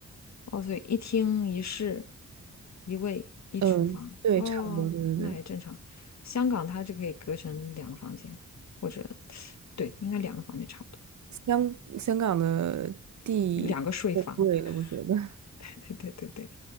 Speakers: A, on the left; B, on the right.
A: 哦，所以一厅一室，一卫一厨房。
B: 嗯，对，
A: 哦，
B: 差不多，对对对。
A: 那也正常。香港它就可以隔成两个房间，或者对，应该两个房间差不多，
B: 香香港的地太贵了，
A: 两个睡房。
B: 我觉得。<laughs>
A: 对对对对，